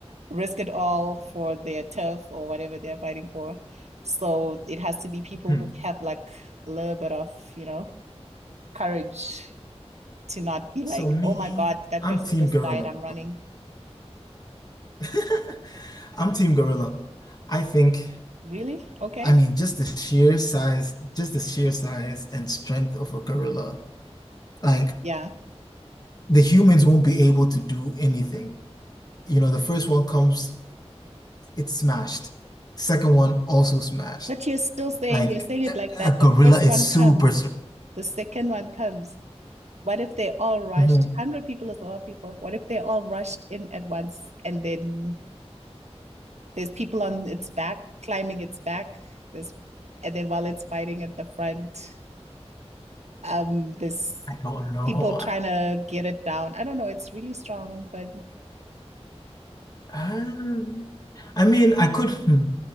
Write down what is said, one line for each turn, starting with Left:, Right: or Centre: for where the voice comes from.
Right: Risk it all for their turf or whatever they are fighting for. So it has to be people
Left: Hmm.
Right: who have like a little bit of, you know, courage to not be like,
Left: So me,
Right: oh my God, that
Left: I'm
Right: person
Left: Team
Right: just
Left: Gorilla.
Right: died. I'm running.
Left: <laughs> I'm Team Gorilla. I think,
Right: Really? Okay.
Left: I mean, just the sheer size, just the sheer size and strength of a gorilla, like
Right: Yeah.
Left: the humans won't be able to do anything. you know, the first one comes, it's smashed. Second one also smashed.
Right: But you're still saying,
Left: Like
Right: you're saying it like that.
Left: a gorilla
Right: The first
Left: is
Right: one
Left: super
Right: comes,
Left: strong.
Right: the second one comes. What if they all rushed?
Left: <laughs>
Right: 100 people is a lot of people. What if they all rushed in at once and then there's people on its back, climbing its back, there's and then while it's fighting at the front, um, there's
Left: I don't know.
Right: people trying to get it down. I don't know, it's really strong, but
Left: Um, I mean, I could, hmm.